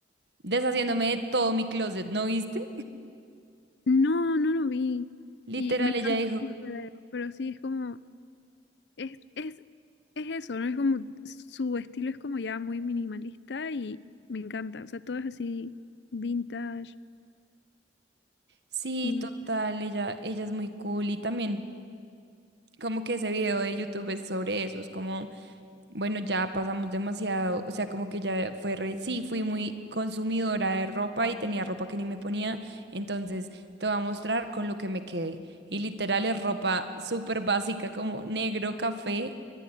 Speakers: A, on the right; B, on the left.
A: deshaciéndome de todo mi closet, ¿no viste?
B: No, no lo vi.
A: Literal,
B: Y me encantan
A: ella dijo,
B: sus videos, pero sí, es como, es, es, es eso, ¿no? Es como, su estilo es como ya muy minimalista y me encanta. O sea, todo es así, vintage.
A: sí,
B: mm.
A: total, ella, ella es muy cool. Y también como que ese video de YouTube es sobre eso, es como, bueno, ya pasamos demasiado, o sea, como que ya fue, re- sí, fui muy consumidora de ropa y tenía ropa que ni me ponía, entonces te voy a mostrar con lo que me quedé. Y literal es ropa súper básica como negro, café